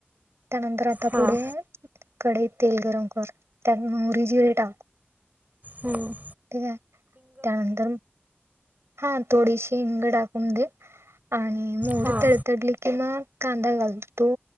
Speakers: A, on the right; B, on the right.
A: त्यानंतर आता
B: हां
A: पुढे कडई तेल गरम कर त्यात मुहरी, जिरे टाक
B: हम्म.
A: ठीक आहे, त्यानंतर हा, थोडीशी हिंग टाकून घे. आणि मोहरी
B: हां
A: तडतडली की मग कांदा घालतो.